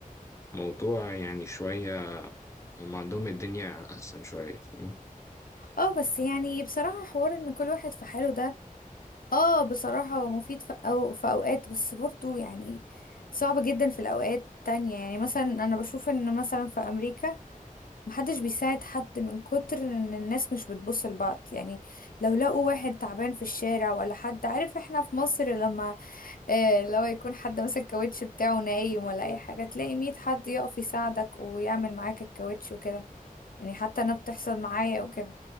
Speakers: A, on the left (about 20°); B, on the left (about 75°).
A: موضوع يعني شوية هم عندهم الدنيا أحسن شوية فاهم؟
B: اه بس يعني بصراحة حوار ان كل واحد في حاله ده اه بصراحة هو مفيد في, أو في أوقات بس برضو يعني صعب جدا في الأوقات تانية يعني مثلا أنا بشوف ان مثلا في أمريكا محدش بيساعد حد من كتر ان الناس مش بتبص لبعض يعني لو لقوا واحد تعبان في الشارع ولا حد عارف احنا في مصر لما اه لو يكون حد ماسك الكاوتش بتاعه نايم ولا اي حاجة تلاقي ميت حد يقف يساعدك ويعمل معاك الكاوتش وكده يعني حتى انا بتحصل معايا او كده